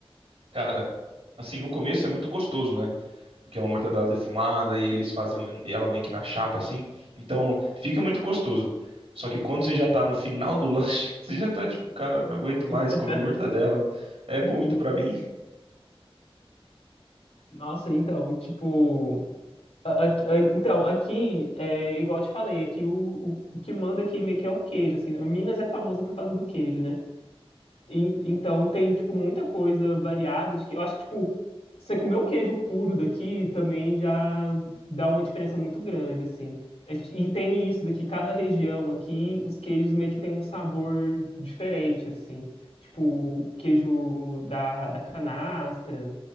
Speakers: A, on the right (about 80°); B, on the left (about 85°).
A: Cara, assim, no começo é muito gostoso, né? porque é uma mortadela defumada e eles fazem ela meio que na chapa assim. Então, fica muito gostoso. Só que quando você já tá no final do lanche, <laughs> você já tá tipo, cara, não aguento mais
B: <laughs>
A: comer mortadela. É muito pra mim.
B: Nossa, então, tipo. a- a- a- então, aqui, é, igual eu te falei, aqui o, o, o que manda aqui meio que é o queijo, assim. né? Minas é famosa por causa do queijo, né? E- Então tem, tipo, muita coisa variada de que eu acho que, tipo, você comer o queijo puro daqui também já dá uma diferença muito grande, assim. É, E tem isso daqui, cada região aqui, os queijos meio que tem um sabor diferente, assim. Tipo, o queijo da, da canastra,